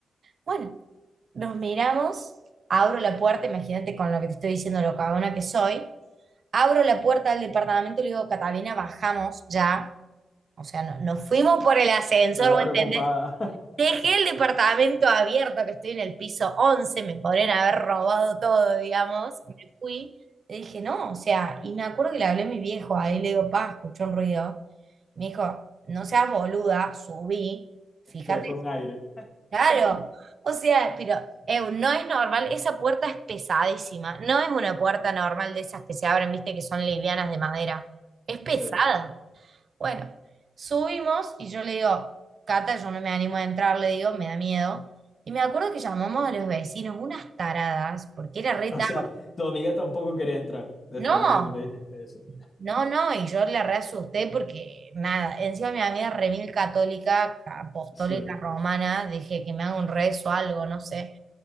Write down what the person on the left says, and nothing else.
Toda
preocupada,
<laughs>
que fue un aire.
Sí.
O
sea, tu amiga tampoco quería entrar después
de que tú le dijiste eso.
Sí,